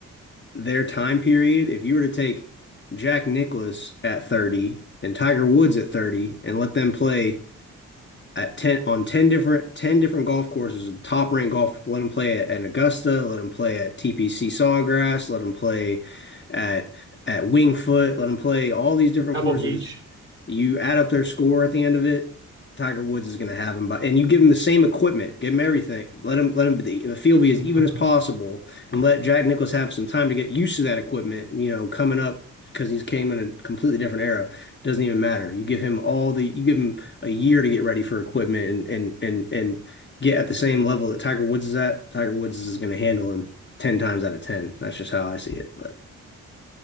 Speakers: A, on the left; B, on the right.
A: their time period. If you were to take Jack Nicklaus at 30 and Tiger Woods at 30 and let them play at 10 on 10 different 10 different golf courses top ranked golf let him play at, at Augusta let him play at TPC Sawgrass let him play at at Wingfoot let him play all these different
B: Pebble
A: courses
B: Beach.
A: you add up their score at the end of it Tiger Woods is going to have him by and you give him the same equipment give him everything let him let him the, the field be as
B: <laughs>
A: even as possible and let Jack Nicklaus have some time to get used to that equipment you know coming up because he's came in a completely different era doesn't even matter you give him all the you give him a year to get ready for equipment and and and and get at the same level that Tiger Woods is at, Tiger Woods is going to handle him 10 times out of 10. That's just how I see it. But